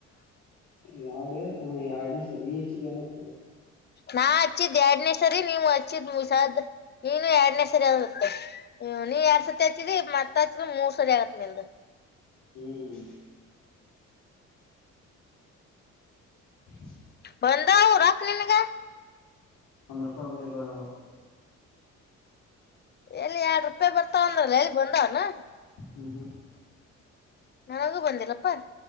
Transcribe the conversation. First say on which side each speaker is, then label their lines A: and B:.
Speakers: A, on the left (about 80°); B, on the left (about 35°).
A: ಯಾರ್ಡ ಹ್ಮ್ ಯಡ್ ಸರಿ ನೀ ಹೆಚ್ಚಿದ್ ಎರಡ್ನೆ
B: ನಾ ಹಚ್ಚಿದ್ ಎರಡ್ನೇ ಸರಿ ನೀವು ಹಚ್ಚಿದ್ ಮುಸಾದ ನೀನು ಎರಡ್ನೇ ಸರಿ ಆಗತ್ತ ಹ್ ನೀ ಎರಡ್ ಸತಿ ಹಚ್ಚಿದಿ ಮತ್ತ್ ಹಚ್ಚಿದ ಮೂರ್ ಸರಿ ಆಗತ್ ನಿಂದ್.
A: ಹ್ಮ್ <inaudible>
B: ಬಂದಾವ್ ರಕ್ಕ ನಿನಗ.
A: ಒಂದ ರೂಪಾಯಿ ಬಂದಿಲ್ಲ ಎವ್ವ.
B: ಎಲ್ಲಿ ಎರಡು ರೂಪಾಯಿ ಬರ್ತವ ಅಂದಲ್ಲ ಎಲ್ಲಿ ಬಂದಾವ್ ಏನ.
A: ಹ್ಮ್ ಹ್ಮ್
B: ನನಗೂ ಬಂದಿಲ್ಲಪ್ಪ.